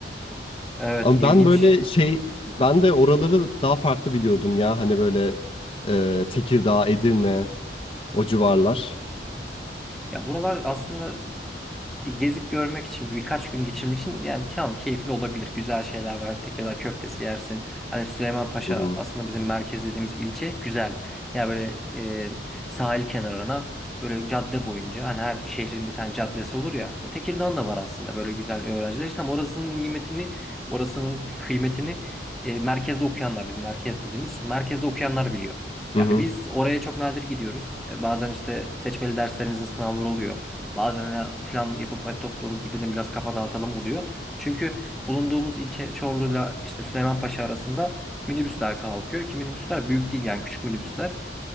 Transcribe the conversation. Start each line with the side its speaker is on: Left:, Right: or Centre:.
Centre: Evet
Left: Ama
Centre: ilginç.
Left: ben böyle şey ben de oraları daha farklı biliyordum ya hani böyle e, Tekirdağ, Edirne o civarlar.
Centre: Ya buralar aslında bir gezip görmek için birkaç gün geçirmek için yani tamam keyifli olabilir. Güzel şeyler var. Tekirdağ köftesi yersin. Hani Süleymanpaşa
Left: Hı hı.
Centre: aslında bizim merkez dediğimiz ilçe güzel. Yani böyle e, sahil kenarına böyle cadde boyunca hani her şehrin bir tane caddesi olur ya. Tekirdağ'ın da var aslında böyle güzel öğrenciler. İşte ama orasının nimetini, orasının kıymetini e, merkezde okuyanlar biz merkez dediğimiz için merkezde okuyanlar biliyor.
Left: Hı
Centre: Yani
Left: hı.
Centre: biz oraya çok nadir gidiyoruz. E, Bazen işte seçmeli derslerimizin sınavları oluyor. Bazen hani plan yapıp hadi toplanıp gidelim biraz kafa dağıtalım oluyor. Çünkü bulunduğumuz ilçe Çorlu'yla işte Süleymanpaşa arasında minibüsler kalkıyor ki minibüsler büyük değil yani küçük minibüsler.